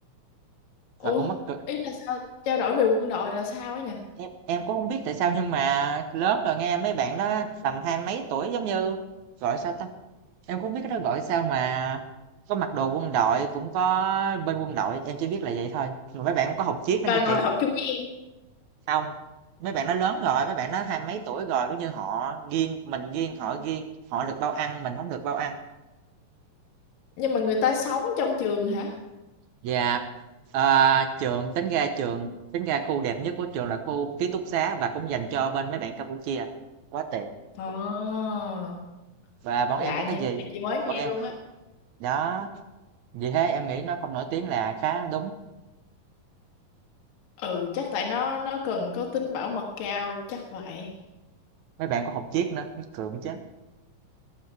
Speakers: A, on the left; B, on the right.
A: Ủa,
B: mà cũng mắc cực
A: ý là sao trao đổi về quân đội là sao ấy nhỉ?
B: em, em cũng không biết tại sao nhưng mà lớn rồi nghe mấy bạn đó tầm hai mấy tuổi giống như gọi sao ta em cũng không biết cái đó gọi sao mà có mặc đồ quân đội cũng có bên quân đội em chỉ biết là vậy thôi mà mấy bạn cũng có học chiếc đó
A: Và
B: nghe chị
A: ngồi học chung với em.
B: Hông, mấy bạn nó lớn rồi, mấy bạn nó hai mấy tuổi rồi, kiểu như, họ kiêng, mình kiêng, họ kiêng, họ được bao ăn, mình không được bao ăn.
A: Nhưng mà người ta sống trong trường hả?
B: Và, ờ, trường tính ra trường tính ra khu đẹp nhất của trường là khu ký túc xá và cũng dành cho bên mấy bạn Campuchia, quá tuyệt.
A: Ờ.
B: Và bọn
A: lạ
B: em có cái
A: nha
B: gì
A: cái này chị mới nghe
B: bọn em
A: luôn á
B: đó, vì thế em nghĩ nó không nổi tiếng là khá đúng.
A: ừ chắc tại nó nó cần có tính bảo mật cao chắc vậy
B: Mấy bạn có học Triết nữa, mắc cười muốn chết.